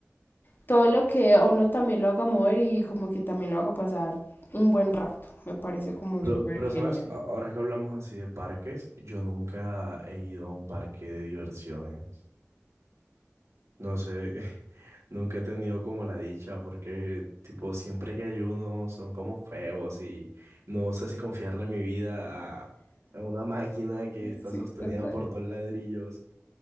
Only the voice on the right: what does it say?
Pero,
pero,
¿sabes? A- Ahora que hablamos así de parques, yo nunca he ido a un parque de diversiones. No sé, <laughs> Nunca he tenido como la dicha porque, tipo, siempre que ayuno son como feos y no sé si confiarle mi vida a, a una máquina que está
sostenida
por dos ladrillos.